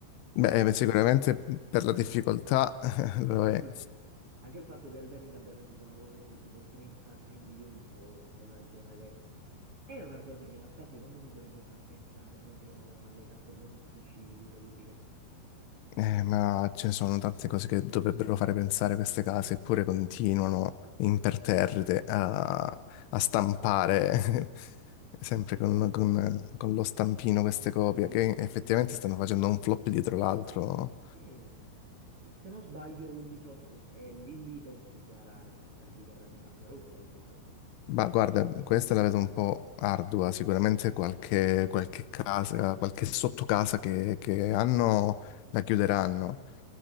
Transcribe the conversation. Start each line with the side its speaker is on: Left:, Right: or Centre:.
Right: Anche
Left: Beh,
Right: il fatto
Left: sicuramente per la difficoltà <laughs> lo è.
Right: sì, anche il fatto che Elden Ring abbia venduto una cosa come tipo 33 milioni di copie, una cosa del genere, è una cosa che in realtà secondo me dovrebbe far pensare proprio alle case produttrici videoludiche.
Left: Eh, ma ce ne sono tante cose che dovrebbero fare pensare queste case, eppure continuano
Right: Sì,
Left: imperterrite a,
Right: sì,
Left: a stampare <laughs> sempre con, con- con lo stampino queste copie,
Right: sì,
Left: che effettivamente
Right: sì, sì.
Left: stanno facendo un flop dietro l'altro.
Right: Sì. Se non sbaglio, Ubisoft è lì lì per dichiarare, per dichiarare bancarotto, ho letto.
Left: Ma guarda, questa la vedo un po' ardua, sicuramente qualche, qualche casa, qualche sottocasa che, che hanno la chiuderanno.